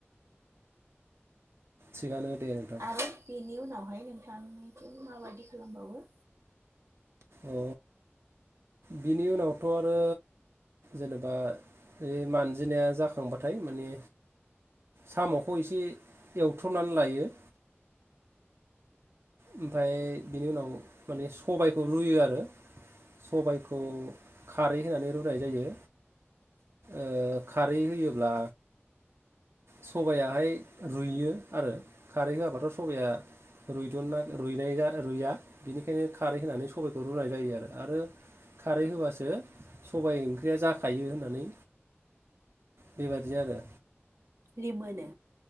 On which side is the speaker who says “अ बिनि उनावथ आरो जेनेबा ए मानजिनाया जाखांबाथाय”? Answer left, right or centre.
Right